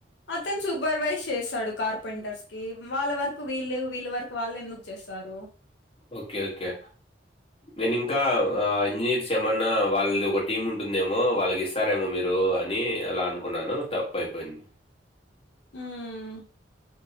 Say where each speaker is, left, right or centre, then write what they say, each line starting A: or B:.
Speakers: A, on the left (about 70°); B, on the left (about 30°).
A: అతను సూపర్వైజ్ చేస్తాడు కార్పెంటర్స్ కి వాళ్ళ వరకు వీళ్ళ వీళ్ళ వరకు వాళ్ళు ఎందుకు చేస్త సారు
B: ఓకే ఓకే నేను ఇంకా ఆ ఇంజనీర్స్ ఏమన్నా వాళ్ళది ఒక టీమ్ ఉంటుందేమో వాళ్ళకి ఇస్తారేమో మీరూ అని అలా అనుకున్నాను తప్పు అయిపోయింది
A: హమ్